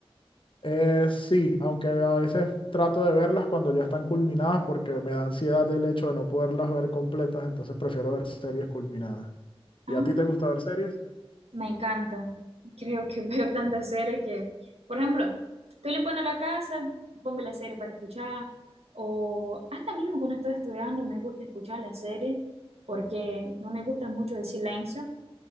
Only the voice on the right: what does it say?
ah
Me encanta. Creo que <laughs> veo tantas series que, por ejemplo, estoy limpiando la casa, pongo la serie para escuchar, o hasta mismo cuando estoy estudiando me gusta escuchar la serie porque no me gusta mucho el silencio